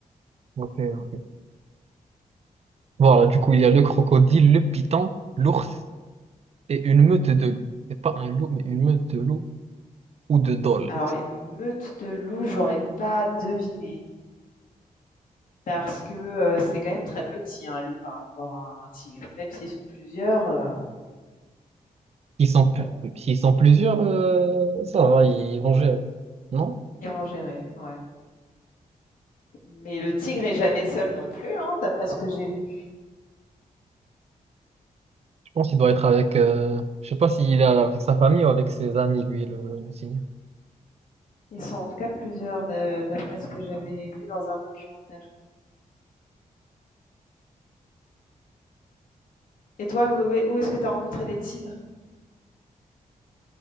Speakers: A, on the right; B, on the left.
A: ok, ok. Voilà, du coup, il y a le crocodile, le python, l'ours et une meute de loups. C'est pas un loup, mais une meute de loups ou de dholes.
B: Alors une meute de loups, j'aurais pas deviné parce que, heu, c'est quand même très petit un loup par rapport à un tigre. Même s'ils sont plusieurs, heu,
A: S'ils sont, pl-
B: bon,
A: s'ils sont plusieurs, euh, ça va, ils vont gérer. Non?
B: ils vont gérer, ouais. Mais le tigre est jamais seul non plus, hein, d'après ce que j'ai vu.
A: Je pense qu'il doit être avec... euh, Je sais pas s'il est avec sa famille ou avec ses amis, lui, le le signe.
B: Ils sont en tout cas plusieurs de d'après ce que j'avais vu dans un documentaire. Et toi, où est où est-ce que tu as rencontré des tigres?